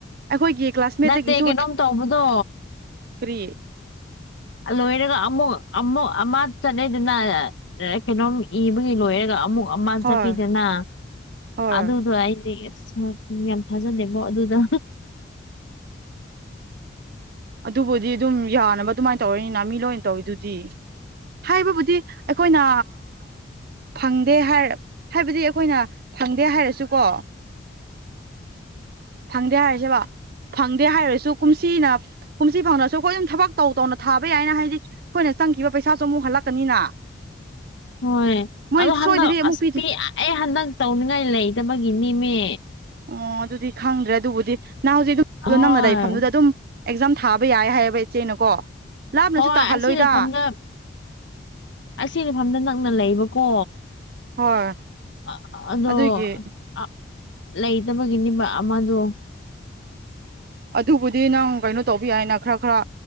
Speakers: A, on the right; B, on the left.
A: ꯑꯩꯈꯣꯏꯒꯤ ꯀ꯭ꯂꯥꯁꯃꯦꯠꯇꯒꯤꯁꯨ
B: ꯅꯠꯇꯦ ꯀꯩꯅꯣꯝ ꯇꯧꯕꯗꯣ
A: ꯀꯔꯤ
B: ꯂꯣꯏꯔꯒ ꯑꯃꯨꯛ ꯑꯃꯨꯛ ꯑꯃ ꯆꯠꯅꯩꯗꯅ ꯀꯩꯅꯣꯝ ꯏꯕꯒꯤ ꯂꯣꯏꯔꯒ ꯑꯃꯨꯛ ꯑꯣꯃꯥꯟ
A: ꯍꯣꯏ
B: ꯆꯀꯤꯗꯅ
A: ꯍꯣꯏ
B: ꯑꯗꯨ ꯑꯗꯨ ꯑꯩꯗꯤ ꯍ ꯎꯝ ꯌꯥꯝ ꯐꯥꯖꯅꯦꯕꯣ ꯑꯗꯨꯗ
A: ꯑꯗꯨꯕꯨꯗꯤ ꯑꯗꯨꯝ ꯌꯥꯅꯕ ꯑꯗꯨꯃꯥꯏꯅ ꯇꯧꯔꯅꯤꯅ ꯃꯤ ꯂꯣꯏꯅ ꯇꯧꯔꯤꯗꯨꯗꯤ ꯍꯥꯏꯕꯕꯨꯗꯤ ꯑꯩꯈꯣꯏꯅ ꯐꯪꯗꯦ ꯍꯥꯏꯔ ꯍꯥꯏꯕꯗꯤ ꯑꯩꯈꯣꯏꯅ ꯐꯪꯗꯦ ꯍꯥꯏꯔꯁꯨꯀꯣ
B: ꯎ
A: ꯐꯪꯗꯦ ꯍꯥꯏꯔꯁꯦꯕ ꯐꯪꯗꯦ ꯍꯥꯏꯔꯁꯨ ꯀꯨꯝꯁꯤꯅ ꯀꯨꯝꯁꯤ ꯐꯥꯎꯅꯁꯨ ꯑꯩꯈꯣꯏ ꯑꯗꯨꯝ ꯊꯕꯛ ꯇꯧ ꯇꯧꯅ ꯊꯥꯕ ꯌꯥꯏꯅ ꯍꯥꯏꯗꯤ ꯑꯩꯈꯣꯏꯅ ꯆꯪꯈꯤꯕ ꯄꯩꯁꯥꯁꯨ ꯑꯃꯨꯛ ꯍꯜꯂꯛꯀꯅꯤꯅ
B: ꯍꯣꯏ
A: ꯃꯣꯏ
B: ꯑꯗꯣ ꯍꯟꯗꯛ
A: ꯁꯣꯏꯗꯕꯤ ꯑꯃꯨꯛ
B: ꯑꯁꯄꯤꯤ
A: ꯄꯤꯗꯦ
B: ꯑꯩ ꯍꯟꯗꯛ ꯇꯧꯅꯤꯡꯉꯥꯏ ꯂꯩꯇꯕꯒꯤꯅꯤ ꯃꯦ
A: ꯑꯣ ꯑꯗꯨꯗꯤ ꯈꯪꯗ꯭ꯔꯦ ꯑꯗꯨꯕꯨꯗꯤ ꯅꯍꯥꯟ ꯍꯧꯖꯤꯛ ꯑꯗꯨꯝ
B: ꯍꯣꯏ
A: ꯅꯪꯅꯗꯥꯏꯐꯝꯗꯨꯗ ꯑꯗꯨꯝ ꯑꯦꯛꯖꯥꯝ ꯊꯥꯕ ꯌꯥꯏ ꯍꯥꯏꯌꯦꯕ ꯏꯆꯦꯅꯀꯣ ꯂꯥꯞꯅꯁꯨ
B: ꯍꯣꯏ
A: ꯇꯥꯍꯜꯂꯣꯏꯗ
B: ꯑꯁꯤ ꯂꯩꯐꯝꯗ ꯑꯁꯤ ꯏꯐꯝꯗ ꯅꯛꯅ ꯂꯩꯕꯀꯣ
A: ꯍꯣꯏ
B: ꯑ ꯑꯗꯣ
A: ꯑꯗꯨꯒꯤ
B: ꯑ ꯂꯩꯇꯕꯒꯤꯅꯦꯕ ꯑꯃꯗꯣ
A: ꯑꯗꯨꯕꯨꯗꯤ ꯅꯪ ꯀꯩꯅꯣ ꯇꯧꯕ ꯌꯥꯏꯅ ꯈꯔ ꯈꯔ